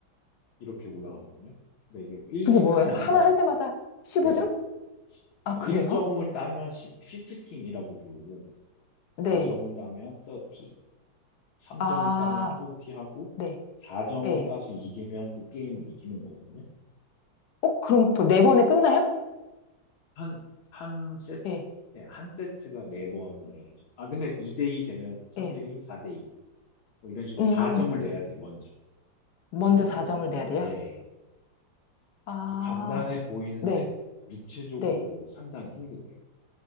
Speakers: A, on the left; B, on the left.
A: 이렇게 올라가거든요. 근데 이게 뭐 1,
B: 그게
A: 2,
B: 뭐예요?
A: 3이 아니라
B: 하나 할 때마다 15점?
A: 네,
B: 아,
A: 1점을
B: 그래요?
A: 따면 15이라고 부르고
B: 네.
A: 2점을 따면 30, 3점을
B: 아,
A: 따면 40 하고
B: 네.
A: 4점을
B: 예.
A: 따서 이기면 그 게임을 이기는 거거든요.
B: 어, 그럼 또 네 번에 끝나요?
A: 한, 한 세트,
B: 예,
A: 네, 한 세트가 4번을 해줘 아, 근데 2대2 되면 3대2,
B: 예.
A: 4대2. 뭐 이런 식으로
B: 음,
A: 4점을 내야 돼, 먼저.
B: 먼저
A: 치는
B: 4점을
A: 사람이.
B: 내야 돼요?
A: 예.
B: 아,
A: 그래서 간단해 보이는데
B: 네,
A: 육체적으로
B: 네.
A: 상당히 힘들어요.